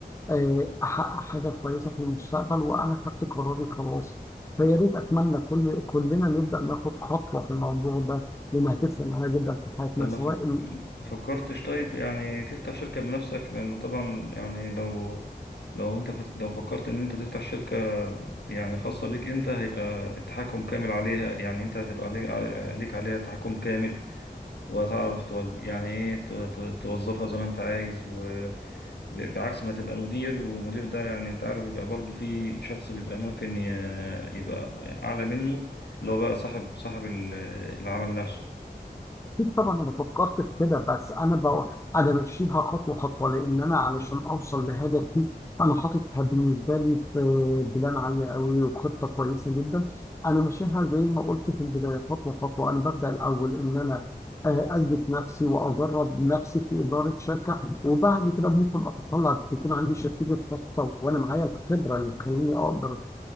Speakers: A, on the left; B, on the left.
A: آه، احقق حاجه كويسه في المستقبل وانا خدت قراري خلاص فيا ريت اتمنى كل كلنا نبدا ناخد خطوه في الموضوع ده لانها هتفرق معانا جدا في حياتنا
B: طب ما
A: سواء
B: فك... ما فكرتش طيب يعني تفتح شركة بنفسك لأنه طبعا يعني لو لو أنت فت... لو فكرت إن أنت تفتح شركة يعني خاصة بيك أنت هيبقى التحكم كامل عليها يعني أنت هتبقى ليك, علي- ليك عليها تحكم كامل وهتعرف تو... يعني إيه ت... ت... توظفها زي ما أنت عايز و... بعكس ما تبقى مدير ومدير ده يعني انت عارف بيبقى برضه في شخص بيبقى ممكن ي- يبقى اعلى منه اللي هو بقى صاحب صاحب ال- العمل نفسه
A: أكيد طبعا انا فكرت في كده بس انا بو... انا بمشيها خطوه خطوه لان انا علشان اوصل لهدفي انا حاططها بالنسبه لي في بلان عاليه قوي وخطه كويسه جدا انا ماشيها زي ما قلت في البدايه خطوه خطوه انا ببدا الاول ان انا آه، اثبت نفسي واجرب نفسي في اداره شركه وبعد كده ممكن اتطلع تكون عندي شركتي الخاصه وانا معايا الخبره اللي تخليني اقدر